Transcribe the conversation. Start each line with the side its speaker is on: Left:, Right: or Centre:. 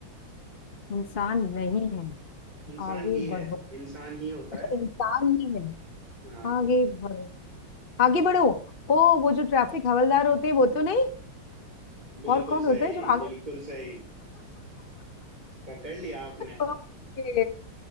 Left: इंसान नहीं है
Right: इंसान
Left: आगे
Right: ही
Left: बढ़ो
Right: है इंसान ही होता
Left: अच्छा
Right: है
Left: इंसान ही है
Right: हाँ
Left: आगे बढ़ो आगे बढ़ो ओ वो जो ट्रैफिक हवलदार होते हैं वो तो नहीं
Right: बिल्कुल
Left: और कौन
Right: सही
Left: होता है जो आगे
Right: बिल्कुल सही पकड़ लिया आपने
Left: ओके